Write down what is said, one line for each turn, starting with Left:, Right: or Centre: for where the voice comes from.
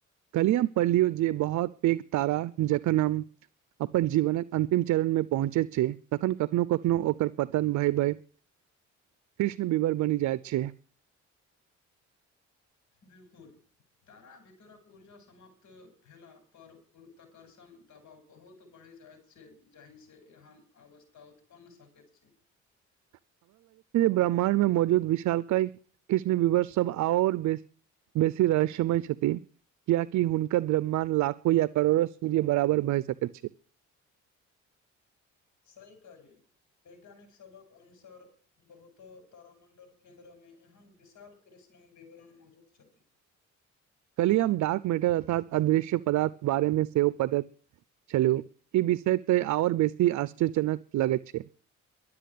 Right: कलिय हम पढलियो बहुत पैघ तारा जखन हम अपन जीवनक अंतिम चरण मे पहुँचे छै तखन कखनो कखनो ओकर पतन भय भय कृष्ण बीबर बनि जाइत छै
Left: बिलकुल तारा भीतरक ऊर्जा समाप्त भेला पर गुरुताकर्षण दबाव बहुत बढ़ जाइत छै जहि से जेहन अवस्था उत्पन्न सकैत छै
Right: <inaudible> ब्रह्मण्ड मे मौजूद विशाल क कृष्ण विवष सब आओर बेस बेसी रहमय छथि कियाकि हुनकर द्रम्यान लाखो या करोड़ो सूर्य बराबर भए सकैत छै <inaudible>
Left: सही कहलिये वैज्ञानिक सबक अनुसार बहुतो तारामंडल केंन्द्र मे एहन विशाल कृष विवरण मौजूद छथि
Right: कली हम डार्क मेटर अर्थात अदृश्य पदार्थ बारेमे सेव चलू ई विषय तऽ आओर बेसी आश्चरजनकनक लगैत छै